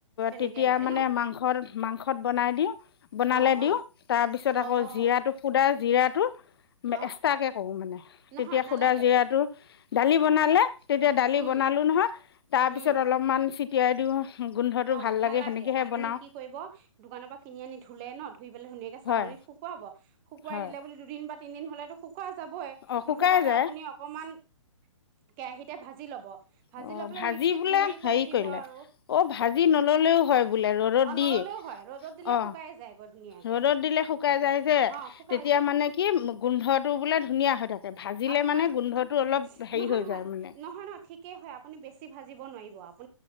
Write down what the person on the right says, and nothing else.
তেনেকে
লয়
ন
অ
অ
অ',
অ',
নহয়
নালাগে
অ',
উম,
উম,
অ
নেলাগে
আপুনি
কি কৰিব দোকানৰ পৰা কিনি আনি ধুলে ন ধুই পেলাই ধুনীয়াকে চালনিত
শুকুৱাব শুকুৱাই
দিলে বুলি দুদিন বা তিন দিন হলেতু সুক- শুকোৱা যাবই
নুশুকালে
আপুনি অকমান কেৰাহিতে ভাজি ল'ব। ভাজি
লৈ পেলাই
মিক্সিত
গুৰি
কৰি দিব
আৰু
অ',
নল'লেও হয় ৰ'দত দিলে
শুকাই যায়গৈ ধুনীয়াকে
অ', শুকাই
যায়
আপোনাৰ
নহয়,
নহয়,
নহয়, নহয় ঠিকেই হয় আপুনি বেছি ভাজিব নোৱাৰিব আপ